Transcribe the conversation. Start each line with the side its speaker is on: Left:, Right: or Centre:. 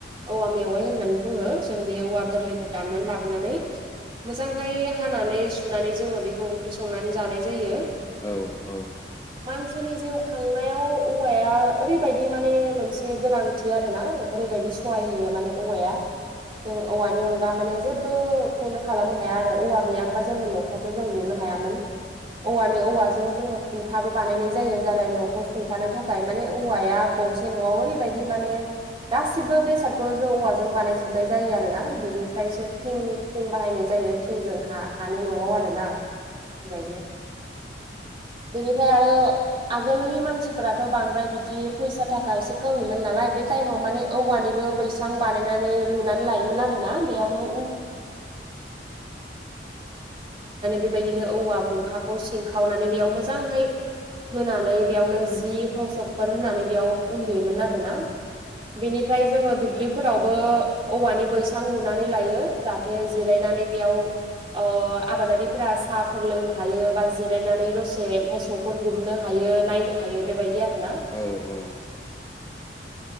Right: औवा मेवाइ होननानै बुङो जों बे औवा गोरलैखौ दाननानै लाबोनानै मोजांहाय हानानै सुनानै जोङो बेखौ ओंख्रि संनानै जानाय जायो।
Left: औ
Right: मानसिनि जिउ खांनायाव औवाया ओरैबायदि माने मोनसे गोनां थि आरो ना ओरैबायदि सहाय होयो माने औवाया जों औवानि अनगा माने जेबोखौनो खालामनो हाया आरो औवा गैया होनबा जोङो न' खौथ' जों लुनो हायामोन औवानो औवाजों जोङो सुंथाबो बानायनाय जायो ज न'खौ सुंथानो थाखाय माने औवाया गंसे न'आव ओरैबायदि माने गासिबो बेसादखौनो जों औवाजों बानाय जोबनाय जायो आरो ना बेनिफ्रायसो थिं थिं बाहायनाय जायो थिंजों हा हानि न'आव आरो ना बेफोरबायदि बेनिफ्राय आरो आगोलनि मानसिफोराथ' बांद्राय बिदि फैसा थाखा एसे खोमिमोन नालाय बे टाइमाव माने औवानिबो बैसां बानायनानै लुनानै लायोमोन आरो ना बेयाव नो बेबायदिनो औवा बुरखाखौ सिंखावनानै बेयाव मोजाङै होनानै बेयावनो। जि सकफोर होननानै बेयाव उन्दुयोमोन आरोना बेनिफ्राय जोङो दुब्लिफोरावबो औवानि बैसां लुनानै लायो। जाहाथे जिरायनानै बेयाव ओ आबादारिफोरा साहाफोर लोंनो हायो। बा जिरायनानै दसे मोसौफोर गुमनो हायो नायनो हायो बेबायदि आरो ना
Left: औ औ